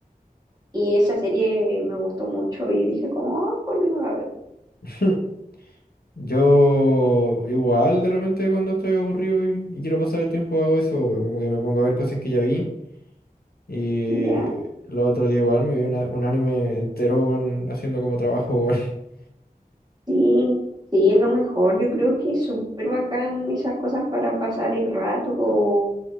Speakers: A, on the right (about 25°); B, on the left (about 80°).
A: y esa serie me gustó mucho y dije como, "Ah, ¿por qué no la veo?
B: <laughs> Yo igual de repente cuando estoy aburrido y, y quiero pasar el tiempo hago eso, güey, como que me pongo a ver cosas que ya vi Y
A: Ya
B: el otro día igual me vi una- un anime entero weón, haciendo como trabajo, weón. <laughs>
A: Sí, sí, es lo mejor. Yo creo que es súper bacán esas cosas para pasar el rato o,